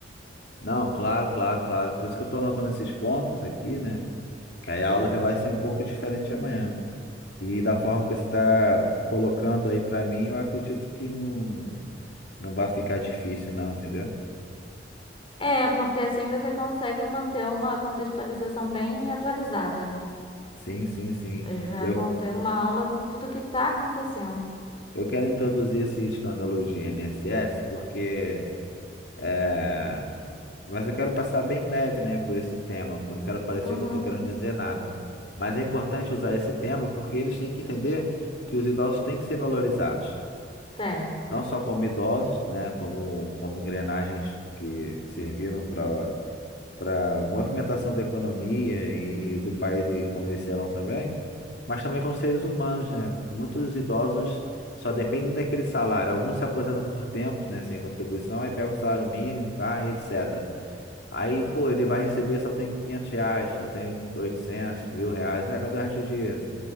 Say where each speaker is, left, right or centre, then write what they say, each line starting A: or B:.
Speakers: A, on the left; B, on the left.
A: Não, claro, claro, claro. Por isso que eu estou anotando esses pontos aqui, né? Que aí
B: Sim,
A: a aula já vai ser um pouco diferente amanhã. E da forma que você está colocando aí para mim, eu acredito que não, não vai ficar difícil, não, entendeu?
B: é, porque assim você consegue manter uma contextualização bem atualizada, né?
A: Sim, sim, sim.
B: Já
A: Eu,
B: vão ter uma aula com tudo que tá acontecendo.
A: eu quero introduzir esse escândalo de INSS porque é, mas eu quero passar bem leve, né, por esse tema, porque eu não quero parecer
B: Uhum,
A: que eu estou querendo dizer nada. Mas é importante usar esse tema porque eles têm que entender que os idosos têm que ser valorizados.
B: tem.
A: não só como idosos, né, como, como engrenagens que serviram para para movimentação da economia e do país e como eles serão também, mas também como seres humanos, né? Muitos idosos só dependem daquele salário. Alguns se aposentam por tempo, né, sem contribuição, aí pegam um salário mínimo, tá, e etc. Aí, pô, ele vai receber só tem 500 reais, só tem 800, mil reais. É, cadê o resto do dinheiro?